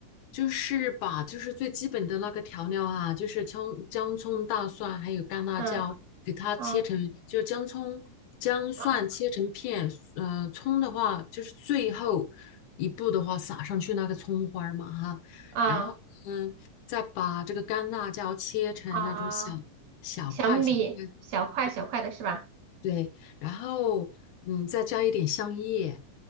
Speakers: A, on the left (about 70°); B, on the right (about 65°).
A: 就是把就是最基本的那个调料啊，就是葱、姜、葱、大蒜还有干辣椒，
B: 嗯，
A: 给它切成，
B: 啊
A: 就姜、葱、姜、蒜切成片，
B: 啊
A: 呃，葱的话就是最后一步的话撒上去那个葱花儿嘛哈，
B: 啊
A: 然后嗯，再把这个干辣椒切成那种小
B: 啊，
A: 小块小块，
B: 小米小块小块的是吧？
A: 对对，然后嗯，再加一点香叶，